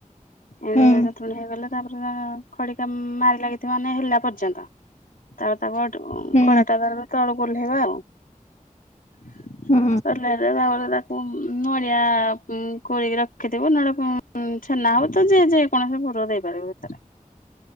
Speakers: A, on the left (about 85°); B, on the left (about 55°).
A: ଏମିତି
B: ହୁଁ
A: ହେଇ ଯନ୍ତ୍ରଣୀ ହେଇଗଲେ ତାପରେ ଖଡିକା ମାରି ଲାଗିଥିବା ମାନେ ହେଲା ପର୍ଯ୍ୟନ୍ତ। ତା ତା ଗୋଟ ଅଁ,
B: ହୁଁ
A: କଳାଟା ତାର ବି ତଳକୁ ଓହ୍ଲେଇବ ଆଉ। <inaudible>
B: ହୁଁ
A: କୁ ଉଁ, ନଡ଼ିଆ ଉଁ, କୋରିକି ରଖିଥିବୁ ନହେଲେ <unintelligible> ଛେନା ହଉ। ତ ଯେ ଯେକୌଣସି ପୂରୁ ଦେଇପାରିବ ଭିତରେ।